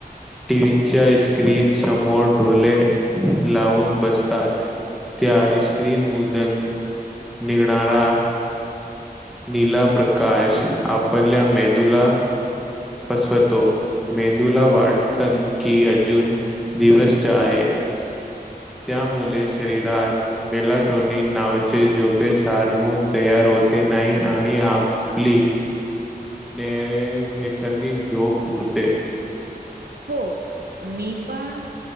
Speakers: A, in the centre; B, on the right (about 80°).
A: टीव्हीच्या स्क्रीन समोर ढोले लावून बसतात त्या स्क्रीनमदन निघणारा नीला प्रकाश आपल्याल्या मेंदुला फसवतो मेंदूला वाटत की अजून दिवसच आहे त्यामुळे शरीरात मेलाटोनिन नावाचे झोपेस हार्मोन तयार होत होते नाही आणि आपली न नैसर्गिक झोप उडते
B: हो मी पण